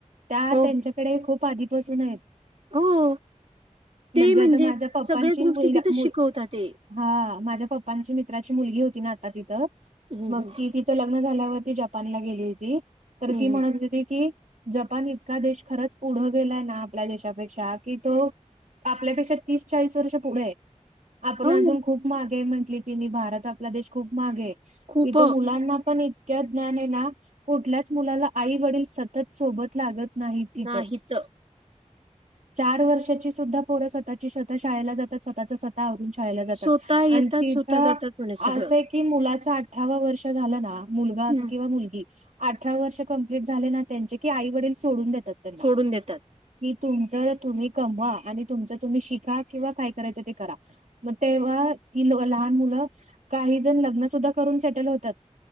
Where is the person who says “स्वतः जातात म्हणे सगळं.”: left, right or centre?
Right